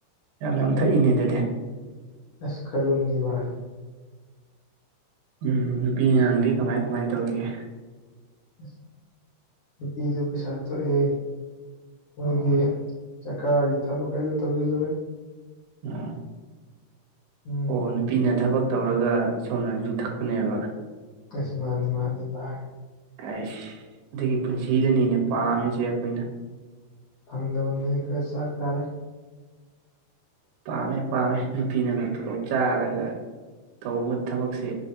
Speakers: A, on the right (about 75°); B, on the left (about 80°).
A: ꯌꯥꯝ ꯌꯥꯝ ꯊꯛꯏꯅꯦ ꯑꯗꯨꯗꯤ
B: ꯑꯁ ꯈꯔꯨꯝꯉꯤ ꯕꯥꯏ
A: ꯎꯝ ꯅꯨꯄꯤ ꯑꯉꯥꯡꯗꯤ ꯀꯃꯥꯏ ꯀꯃꯥꯏꯅ ꯇꯧꯔꯤꯒꯦ
B: <unintelligible> ꯅꯨꯄꯤꯗꯨ ꯄꯩꯁꯥ ꯊꯣꯛꯑꯦ ꯃꯣꯏꯒꯤ
A: ꯑꯣ
B: ꯁꯔꯀꯥꯔꯒꯤ ꯊꯕꯛ ꯍꯥꯏꯗꯨ ꯇꯧꯁꯤꯜꯂꯨꯔꯦ
A: ꯎꯝ
B: ꯎꯝ
A: ꯑꯣ ꯅꯨꯄꯤꯅ ꯊꯕꯛ ꯇꯧꯔꯒ ꯁꯣꯝꯅ ꯌꯨ ꯊꯛꯄꯅꯦꯕ
B: ꯑꯁ ꯃꯅꯤ ꯃꯥꯅꯤ ꯕ ꯥꯏ
A: ꯑꯩꯁ ꯑꯗꯨꯒꯤ ꯄꯨꯟꯁꯤꯗꯅꯤꯅꯦ ꯄꯥꯝꯃꯤꯁꯦ ꯑꯩꯈꯣꯏꯅ
B: ꯐꯪꯗꯕ ꯅ‌ꯣꯏꯗꯤ ꯈꯔ ꯆꯥꯛ ꯇꯥꯔꯦ
A: ꯄꯥꯝꯃꯦ ꯄꯥꯝꯃꯦ ꯅꯨꯄꯤꯅꯒ ꯇ‌ꯣꯂꯣꯞ ꯆꯥꯔꯒ ꯇꯧꯕ ꯊꯕꯛꯁꯦ